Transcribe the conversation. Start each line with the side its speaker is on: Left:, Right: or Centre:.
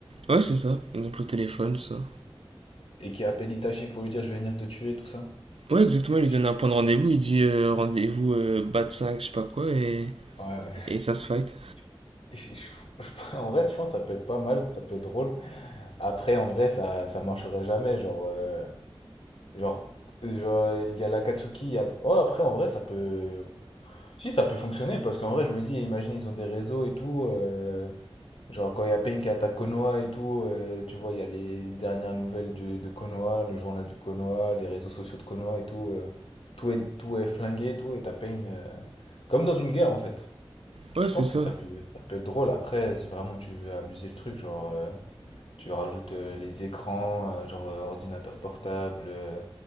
Right: Ouais, c'est ça, exemple le téléphone, tout ça.
Left: Et qui appelle Itachi pour lui dire je vais venir te tuer, tout ça.
Right: Ouais, exactement, il lui
Left: Je-
Right: donne un point de rendez-vous, il dit euh, rendez-vous euh, bat 5, je sais pas quoi, et,
Left: Ouais, ouais.
Right: et ça se fight.
Left: <laughs> Et je- je- En vrai, je pense que ça peut être pas mal, ça peut être drôle. Après, en vrai, ça, ça marcherait jamais. Genre, euh, genre, genre, il y a l'Akatsuki. il y a- Ouais, après, en vrai, ça peut. Si, ça peut fonctionner, parce qu'en vrai, je me dis, imagine, ils ont des réseaux et tout. euh, genre, quand il y a Pain qui attaque Konoha et tout, euh, tu vois, il y a les dernières nouvelles du- de Konoha, le journal du Konoha, les réseaux sociaux de Konoha et tout. euh, tout est, tout est flingué et tout, et t'as Pain. euh, comme dans une guerre, en fait.
Right: Ouais,
Left: Je
Right: c'est
Left: pense
Right: ça.
Left: que ça peut, ça peut être drôle après, si vraiment tu veux abuser le truc, genre. euh, tu rajoutes euh, les écrans, euh, genre euh, ordinateur portable, euh,